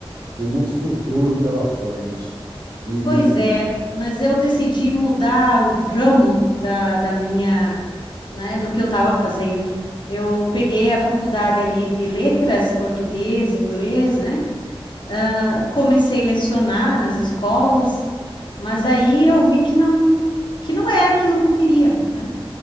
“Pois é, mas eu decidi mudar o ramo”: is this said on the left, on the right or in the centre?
Left